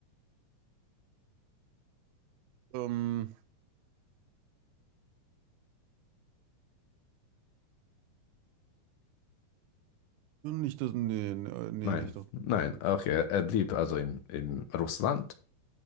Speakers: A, on the right; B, on the left.
A: Ähm, nicht das, nee, nee, nee,
B: Nein,
A: nicht das.
B: nein,
A: Nee.
B: okay, er, er blieb also in, in Russland.